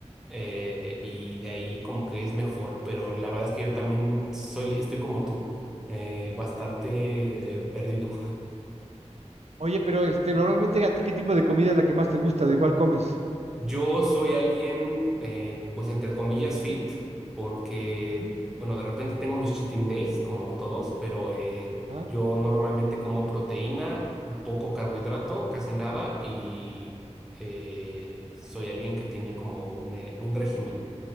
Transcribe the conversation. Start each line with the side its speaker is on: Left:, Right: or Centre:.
Centre: eh, y de ahí como que es mejor. Pero la verdad es que yo también soy, estoy como tú, eh, bastante eh, perdido.
Right: Oye, pero este, normalmente a ti, ¿qué tipo de comida es la que más te gusta? ¿De cuál comes?
Centre: Yo soy alguien, eh, pues entre comillas, fit, porque,
Right: Ujú.
Centre: bueno, de repente tengo mis cheating days, como todos, pero eh,
Right: Ah,
Centre: yo normalmente como proteína, poco carbohidrato, casi nada, y eh, soy alguien que tiene como un, eh, un régimen